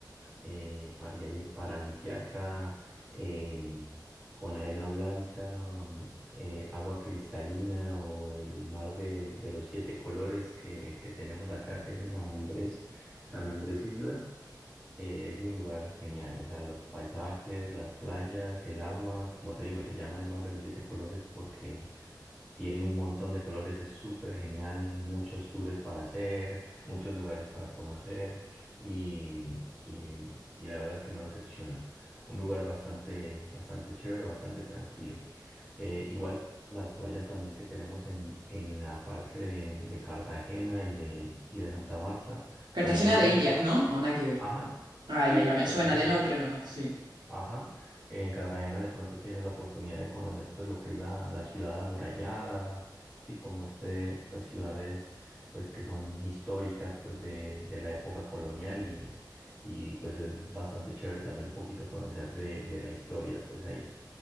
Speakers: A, in the centre; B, on the right (about 75°).
A: eh, pariadi- paradisiaca, em, con arena blanca, mm, eh, agua cristalina o el mar de, de los siete colores que, que tenemos acá, que es en San Andrés, San Andrés Islas. eh, es un lugar genial, o sea, los paisajes, las playas, el agua, como te digo, se llama el mar de los siete colores porque tiene un montón de colores, es súper genial, muchos tours para hacer, muchos lugares para conocer y, mm, y, y la verdad es que no decepciona. Un lugar bastante, bastante chévere, bastante tranquilo. Eh, igual las playas también que tenemos en, en la parte de, de Cartagena y de, y de Santa Marta son
B: Cartagena
A: geniales.
B: de Indias, ¿no? ¿O nada que ver?
A: Ajá,
B: Ah,
A: sí,
B: ya, ya
A: sí,
B: me
A: Cartagena.
B: suena de nombre nomás, sí.
A: Ajá. En Cartagena de pronto tienes la oportunidad de conocer pues lo que es la, la ciudad amurallada, sí, como este, estas ciudades pues que son históricas pues de, de la época colonial y, y pues es bastante chévere también un poquito conocer de, de la historia pues ahí.